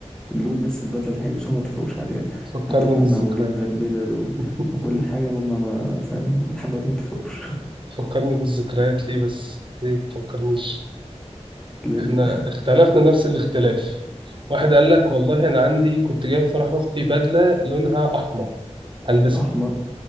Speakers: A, in the centre; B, on the right (about 45°).
A: اللون بس البدلة اللي هيلبسوها ما اتفقوش عليها
B: تفكرني
A: اتفقنا
B: بالذكريات
A: وجبنا البدل و...
B: <laughs>
A: وكل حاجة هما ما فاهم لحد دلوقتي ما اتفقوش
B: تفكرني بالذكريات ليه بس ليه تفكرنيش
A: ليه
B: احنا
A: كده؟
B: اختلفنا نفس الاختلاف واحد قال لك والله انا عندي كنت جايب فرح اختي بدله لونها احمر هلبسها
A: احمر